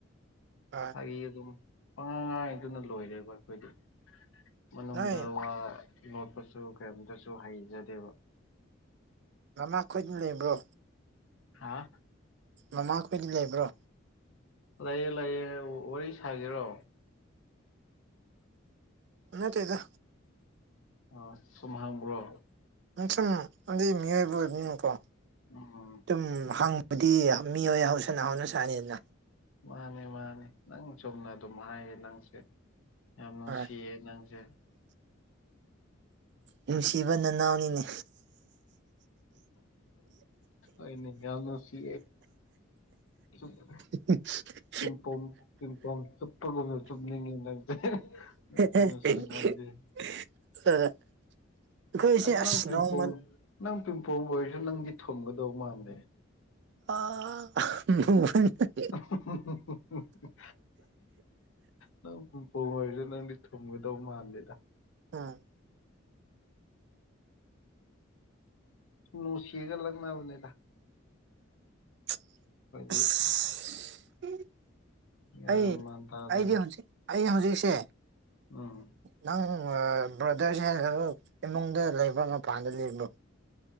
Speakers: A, on the right; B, on the left.
A: ꯍꯣꯢ
B: ꯐꯥꯒꯤ ꯑꯗꯨꯝ ꯄꯥꯉꯥꯡ ꯉꯥꯡꯉꯤꯗꯨꯅ ꯂꯣꯏꯔꯦꯕ ꯑꯩꯈꯣꯏꯗꯤ ꯃꯅꯨꯡꯗ
A: ꯅꯣꯏ
B: ꯋꯥ ꯂꯣꯠꯄꯁꯨ ꯀꯔꯤꯝꯇꯁꯨ ꯍꯩꯖꯗꯦꯕ
A: ꯃꯃꯥ ꯈꯣꯏꯗꯤ ꯂꯩꯕ꯭ꯔꯣ
B: ꯍꯥꯥ
A: ꯃꯃꯥꯈꯣꯏꯗꯤ ꯂꯩꯕ꯭ꯔꯣ
B: ꯂꯩꯌꯦ ꯂꯩꯌꯦ ꯋꯥꯔꯤ ꯁꯥꯒꯦꯔꯣ
A: ꯅꯠꯇꯦꯗ
B: ꯑꯥ ꯁꯨꯝ ꯍꯥꯡꯕ꯭ꯔꯣ
A: ꯁꯨꯝ ꯑꯗꯨꯢ ꯃꯤꯑꯣꯏꯕ ꯑꯣꯏꯕꯅꯤꯅꯀꯣ
B: ꯑꯝ
A: ꯁꯨꯝ ꯍꯪꯕꯗꯤ ꯃꯤꯑꯣꯏ ꯍꯧꯁꯅ ꯍꯧꯅ ꯁꯥꯅꯤꯗꯅ
B: ꯃꯥꯅꯦ ꯃꯥꯅꯦ ꯅꯪ ꯆꯨꯝꯅ ꯑꯗꯨꯝ ꯍꯥꯏꯌꯦ ꯅꯪꯁꯦ ꯌꯥꯝ ꯅꯨꯡꯁꯤꯌꯦ
A: ꯍꯣꯏ
B: ꯅꯪꯁꯦ
A: ꯅꯨꯡꯁꯤꯕ ꯅꯅꯥꯎꯅꯤꯅꯦ
B: ꯩꯅ ꯁꯤ <unintelligible>
A: ꯑ <unintelligible>
B: ꯄꯤꯟꯄꯣꯝ ꯄꯤꯟꯄꯣꯝ ꯆꯨꯞꯄꯒꯨꯝꯅ ꯆꯨꯞꯅꯤꯡꯉꯦ ꯅꯪꯁꯦ
A: ꯑ
B: ꯅꯪꯁꯦ ꯅꯨꯡꯁꯤꯃꯜꯂꯤ
A: <unintelligible> ꯑꯩꯈꯣꯏꯁꯦ
B: ꯑꯗꯨ
A: ꯑꯁ
B: ꯅꯪ ꯄꯤꯡꯄꯣꯝ
A: ꯅꯧꯃꯟ
B: ꯅꯪ ꯄꯤꯝꯄꯣꯡ ꯑꯣꯏꯔꯁꯨ ꯅꯪꯗꯤ ꯊꯨꯝꯒꯗꯧ ꯃꯥꯟꯗꯦ
A: ꯑ <unintelligible>
B: <unintelligible> ꯅꯪ ꯄꯤꯡꯄꯣꯡ ꯑꯣꯏꯔꯁꯨ ꯅꯪꯗꯤ ꯊꯨꯝꯒꯗꯧ ꯃꯥꯟꯗꯦꯗ
A: ꯎꯝ
B: ꯅꯨꯡꯁꯤꯔꯒ ꯂꯛꯅꯕꯅꯤꯗ
A: <unintelligible>
B: ꯑꯩꯈꯣꯏꯗꯤ ꯒ꯭ꯌꯥꯟ
A: ꯑꯩ
B: ꯃꯥꯟ ꯇꯥꯗꯦꯗ
A: ꯑꯩꯗꯤ ꯍꯧꯖꯤꯛ ꯑꯩ ꯍꯧꯖꯤꯛꯁꯦ
B: ꯎꯝ
A: ꯅꯪ ꯑꯥ ꯕ꯭ꯔꯣꯗꯔꯁꯦ ꯈ ꯏꯃꯨꯡꯗ ꯂꯩꯕ ꯃꯄꯥꯟꯗ ꯂꯩꯕ꯭ꯔꯣ